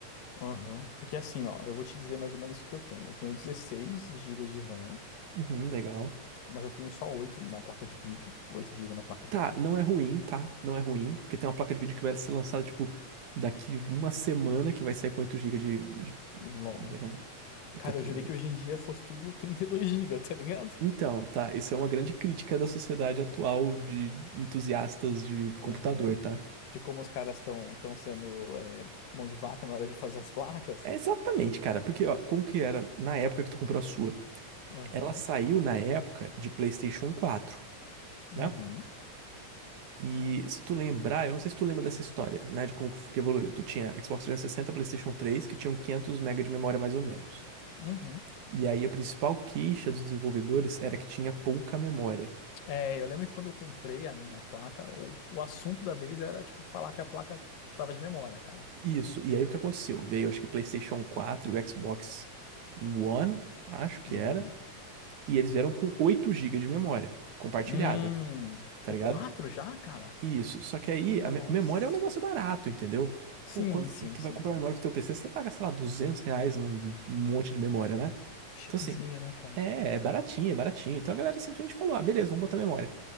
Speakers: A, on the left; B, on the right.
A: Uhum. Porque assim, ó, eu vou te dizer mais ou menos o que eu tenho. Eu tenho 16 gigas de RAM,
B: Uhum, legal.
A: mas eu tenho só 8 na placa de vídeo. oito gigas na placa
B: Tá,
A: de vídeo.
B: não é ruim, tá? Não é ruim, porque tem uma placa de vídeo que vai ser lançada, tipo, daqui uma semana, que vai sair com 8 GB de, de,
A: LOL.
B: de RAM. E
A: Cara,
B: tá tudo
A: eu jurei
B: bem.
A: que hoje em dia fosse tudo <laughs> 32 gigas, tá ligado?
B: Então, tá, isso é uma grande crítica da sociedade atual de entusiastas de computador,
A: Aham.
B: tá?
A: De como os caras estão estão sendo eh, mão de vaca na hora de fazer as placas.
B: É exatamente, cara, porque, ó, como que era na época que tu comprou a sua?
A: Uhum,
B: Ela saiu na época de PlayStation 4.
A: uhum,
B: né? E se tu lembrar, eu não sei se tu lembra dessa história, né, de como que f- que evoluiu. Tu tinha Xbox 360, PlayStation 3, que tinham 500 MB de memória mais ou menos.
A: uhum.
B: E aí a principal queixa dos desenvolvedores era que tinha pouca memória.
A: É, eu lembro que quando eu comprei a minha placa, o, o assunto da vez era, tipo, falar que a placa precisava de memória, cara.
B: Isso, e aí o que aconteceu? Veio, acho que PlayStation 4 e o Xbox One, acho que
A: Uhum.
B: era, e eles vieram com 8 gigas de memória compartilhada,
A: Hum,
B: tá
A: o
B: ligado?
A: 4 já, cara?
B: Isso, só que aí
A: Nossa.
B: a me- memória é um negócio barato, entendeu?
A: Sim,
B: Pô, quanto
A: sim,
B: tu
A: sim,
B: vai comprar
A: sim.
B: memória pro teu PC, você paga, sei lá, 200 reais num d- um monte de memória, né?
A: Chipzinho,
B: Então, assim,
A: né, cara?
B: é, é baratinho, é baratinho. Então a galera simplesmente falou: ah, beleza, vamos botar memória.